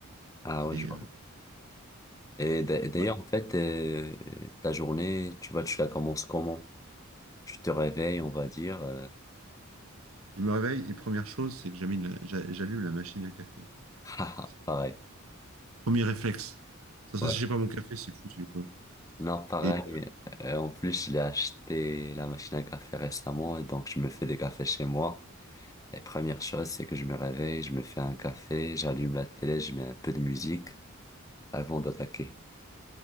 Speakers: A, on the left; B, on the right.
A: Ah
B: C'est,
A: ouais, je
B: euh, c'est-
A: Et d'a- d'ailleurs,
B: ouais.
A: en fait, euh, ta journée, tu vois, tu la commences comment? Tu te réveilles, on va dire. euh,
B: Je me réveille et première chose, c'est que j'allume la, j'a- j'allume la machine à café.
A: <laughs> haha,
B: C'est le
A: pareil.
B: premier réflexe. Sans ça,
A: Ouais.
B: si j'ai pas mon café, c'est foutu, quoi.
A: Non, pareil.
B: Et
A: Euh, en plus, j'ai acheté la machine à café récemment, et donc je me fais des cafés chez moi. Et première chose, c'est que je me réveille, je me fais un café, j'allume la télé, je mets un peu de musique avant d'attaquer.